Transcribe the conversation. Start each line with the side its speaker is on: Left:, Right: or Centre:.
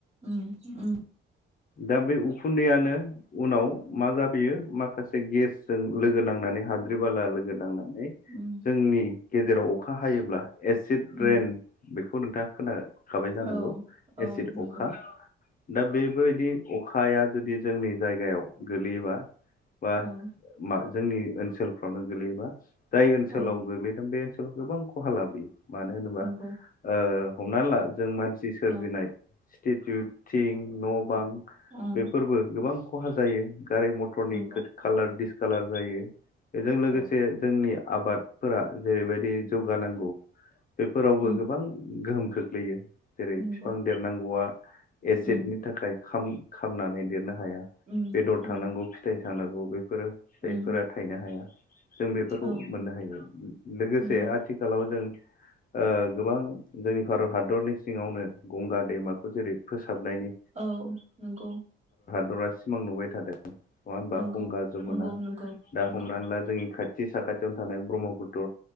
Right: उम उम
Left: दा बे उखुन्दैयानो उनाव मा जाफैयो माखासे गेसजों लोगो नांनानै हाद्रि बाला लोगो नांनानै नै
Right: उम
Left: जोंनि गेजेराव अखा हायोब्ला एसिड
Right: उम
Left: रेन बेखौ नोंथाङा खोना खाबाय जानांगौ
Right: औ औ
Left: एसिड
Right: नंगौ
Left: अखा दा बेबायदि अखाया जुदि जोंनि जायगायाव गोगलैबा बा
Right: औ
Left: मा जोंनि ओनसोलफ्रावनो गोग्लैयोबा जाय ओनसोलाव
Right: औ
Left: गोग्लैदों बे ओनसोलाव गोबां खहा लाबोयो। मानो होनोबा
Right: नंगौ
Left: ओ हमनानै ला जों मानसि सोरजिनाय
Right: अ
Left: जिटु थिं न' बां
Right: अ ओं
Left: बेफोरबो गोबां खहा जायो। गारि मथरनि
Right: नंगौ
Left: खालार दिडिसकालार जायो बेजों लोगोसे
Right: औ
Left: जोंनि आबादफोरा जेरैबायदि जौगानांगौ बेफोरावबो
Right: उम
Left: गोबां गोहोम खोख्लैयो जेरै
Right: नंगौ
Left: बिफां देरनांगौआ एसिडनि
Right: उम
Left: थाखाय खाम खामनानै देरनो हाया
Right: उम
Left: बेदर
Right: उम
Left: थांनांगौ फिथाइ थांनांगौ बे फोर फिथाइफोरा
Right: उम
Left: थायनो हाया। जों बेफोरखौ
Right: औ
Left: मोननो हायो लोगोसे
Right: नंगौ
Left: आथिखालाव जों ओ गोबां जोंनि भारत हादरनि सिङावनो गंगा दैमाखौ जेरै फोसाबनायनि
Right: उम्म नंगौ।
Left: दरा सिमां नुबाय थादों नङा होमबा
Right: नंगौ
Left: गंगा जमुना
Right: नंगौ नंगौ
Left: दा
Right: नंगौ
Left: हमनानै ला जोंनि खाथि थि साखाथियावनो थानाय ब्रह्मपुत्र